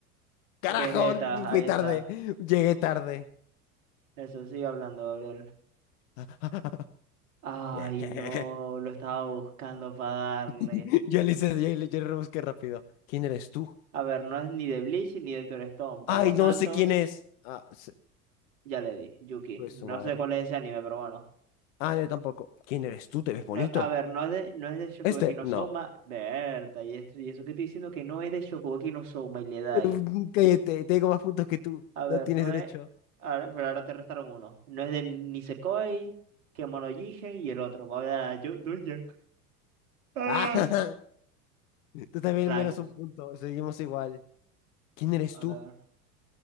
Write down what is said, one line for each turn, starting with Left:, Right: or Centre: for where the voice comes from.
Left: Carajo,
Right: Vegeta,
Left: fui
Right: ahí
Left: tarde.
Right: está.
Left: Llegué tarde.
Right: Eso sigue hablando, Gabriel.
Left: <laughs>
Right: Ay,
Left: Yeah.
Right: no, lo estaba buscando para darle.
Left: <laughs> Yo le hice, yo, le- yo le rebusqué rápido. ¿Quién eres tú?
Right: A ver, no es ni de Bleach ni de Doctor Stone, por
Left: Ay,
Right: lo tanto,
Left: no sé quién es. Ah, se-
Right: ya le di. Yuki.
Left: pues
Right: No
Left: su madre.
Right: sé cuál es ese anime, pero bueno.
Left: Ah, yo tampoco. ¿Quién eres tú? ¿Te ves
Right: No,
Left: bonito?
Right: a ver, no es de, no es de Shokugeki
Left: Este,
Right: no
Left: no.
Right: Souma, Berta, y esto y eso que estoy diciendo que no es de Shokugeki no Souma y le da
Left: Eh,
Right: ahí.
Left: Cállate, tengo más puntos que tú.
Right: A ver,
Left: No tienes
Right: no
Left: derecho.
Right: es. Ahora, pero ahora te restaron uno. No es de Nisekoi, Kemono Jigen y el otro. Voy a dar a Yo- Doujin. Ah.
Left: Ah, <laughs> tú también
Right: Rayos.
Left: menos un punto. Seguimos igual. ¿Quién eres
Right: A
Left: tú?
Right: ver.